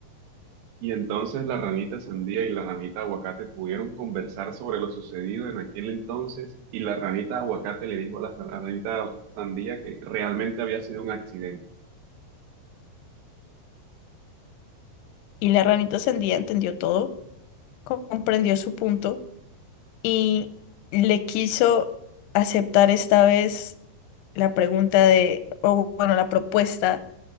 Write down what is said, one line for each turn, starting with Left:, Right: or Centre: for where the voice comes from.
Right: Y entonces la ranita sandía y la ranita aguacate pudieron conversar sobre lo sucedido en aquel entonces y la ranita aguacate le dijo a la san- a ranita sandía que realmente había sido un accidente.
Left: Y la ranita sandía entendió todo, comprendió su punto y le quiso aceptar esta vez la pregunta de, o bueno, la propuesta